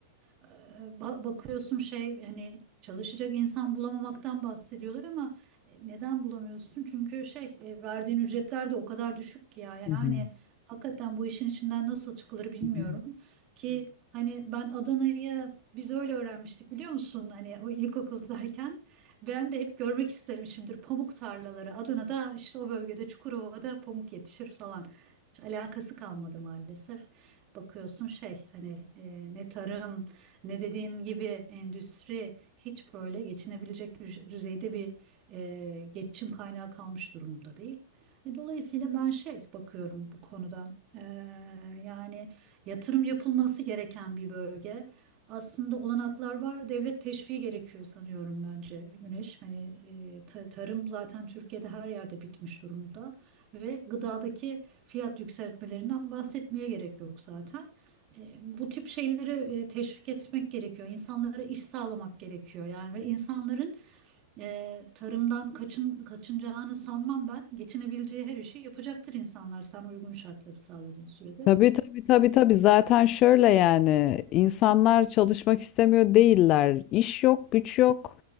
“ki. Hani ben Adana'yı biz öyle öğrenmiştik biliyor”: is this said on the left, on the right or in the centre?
Right